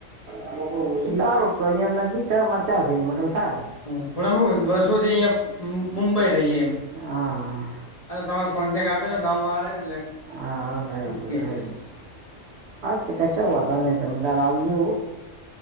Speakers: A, on the right; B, on the left.
A: <inaudible> સારું તો અહિયાં નજીક થાય અમારે ચાર કિલોમીટર થાય.
B: હમ પણ હું વર્ષોથી ઈયાં મુંબઈ રહીએ એમ.
A: હા
B: અને તમારો કોન્ટેક આપ્યો તો ગામવાળાએ એટલે
A: હા બરાબર
B: પુસીએ.
A: રેડી હા તે કશો વોધો નહીં તમે કાલ આવજો.